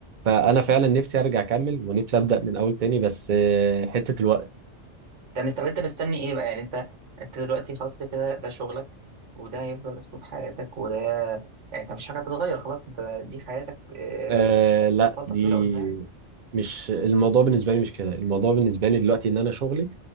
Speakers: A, on the right (about 50°); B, on the right (about 75°).
A: فانا فعلا نفسي ارجع اكمل ونفسي ابدا من اول تاني بس آه، حته الوقت
B: طب مست- طب انت مستني ايه بقى يعني انت انت دلوقتي خلاص كده كده ده شغلك وده هيفضل اسلوب حياتك وده يعني انت مفيش حاجه هتتغير خلاص انت دي حياتك آه،
A: آه لا
B: فتره
A: دي
B: طويله قدام
A: مش الموضوع بالنسبه لي مش كده الموضوع بالنسبه لي دلوقتي ان انا شغلي